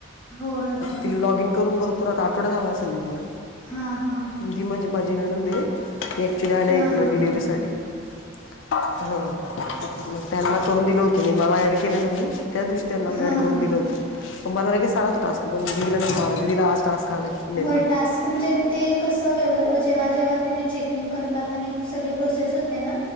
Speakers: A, on the left (about 25°); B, on the left (about 65°).
A: होय होय
B: तिनं लॉगिन करून भरपूर पूरख आठवडा झाला असल दिदीला.
A: हा, हा.
B: दीदी म्हणजे माझी नणंद आहे ती ॲक्च्युली आली
A: हा
B: इकडं
A: हा
B: डिलेव्हरीसाठी
A: हा
B: हा मग त्यांना करून दिलं होतं मी मला ऍड केलं ना मी त्याच दिवशी त्यांना पण
A: हा
B: ऍड करून
A: हा
B: दिलं होतं. मला लगेच आला होता टास्क पण दीदीला आज टास्क आलाय नेमका
A: होय टास्क म्हणजे ते कसं व्य जेव्हा, जेव्हा त्याने चेकिंग करतात आणि सगळी प्रोसेस होते ना.